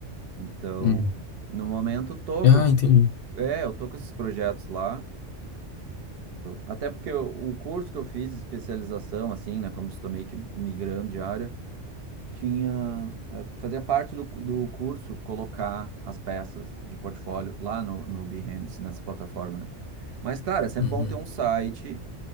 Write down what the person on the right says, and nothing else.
Então,
no momento, eu tô
com-
É, eu tô com esses projetos lá, até porque eu- o curso que eu fiz de especialização, assim, né, como eu disse, tô meio que migrando de área, tinha, eh, fazia parte do, do curso colocar as peças de portfólio lá no, no Behance, nessa plataforma, né? Mas, claro, é sempre
bom ter um site,